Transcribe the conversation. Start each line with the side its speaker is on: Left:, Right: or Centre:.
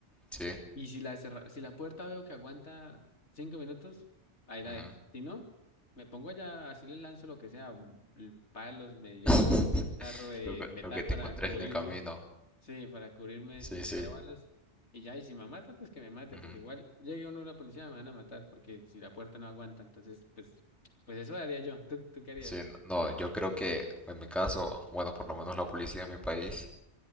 Centre: sí.
Left: y si la cerra- si la puerta veo que aguanta cinco minutos, ahí la
Centre: ujú.
Left: dejo. Si no, me pongo allá, así le lanzo lo que sea, mm, el palos, me llevo
Centre: <laughs>
Left: un tarro de
Centre: Lo que,
Left: metal
Centre: lo que te
Left: para
Centre: encontré
Left: cubrirme,
Centre: en el camino.
Left: sí, para cubrirme
Centre: Sí,
Left: si
Centre: sí.
Left: trae balas y ya, y si me mata, pues que me mate,
Centre: ujú.
Left: porque igual llegue uno a la policía me van a matar, porque si la puerta no aguanta, entonces, pues, pues eso haría yo. ¿Tú, tú qué harías?
Centre: Sí, n- no, yo creo que en mi caso, bueno, por lo menos la policía en mi país,